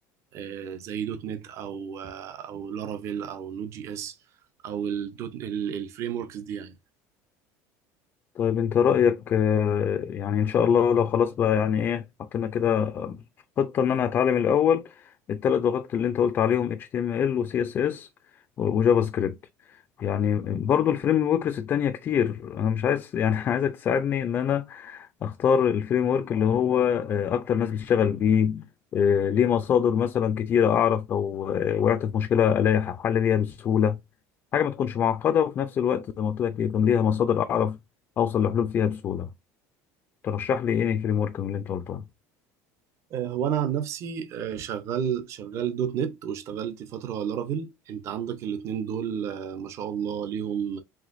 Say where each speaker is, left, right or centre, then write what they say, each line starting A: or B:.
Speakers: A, on the right; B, on the left.
A: آه، زي دوت نت او آه، او لارافيل او نود جي اس او الدوت الفريم وركس دي يعني
B: طيب انت رأيك آه، يعني ان شاء الله لو خلاص بقى يعني ايه حطينا كده خطة ان انا هتعلم الاول الثلاث لغات اللي انت قلت عليهم HTML و CSS و- وجافا سكريبت يعني برضو الفريم وركس التانية كتير انا مش عايز يعني <laughs> عايزك تساعدني ان انا اختار الفريم ورك اللي هو آه، اكتر ناس بتشتغل بيه آه، ليه مصادر مثلا كتيرة اعرف لو آه، وقعت في مشكلة الاقي حل ليها بسهولة حاجه ما تكونش معقده وفي نفس الوقت زي ما قلت لك يكون ليها مصادر اعرف اوصل لحلول فيها بسهوله ترشح لي ايه فريم ورك من اللي انت قلتهم
A: آه، هو انا عن نفسي آه، شغال شغال دوت نت واشتغلت فترة لارافيل انت عندك الاتنين دول آه، ما شاء الله ليهم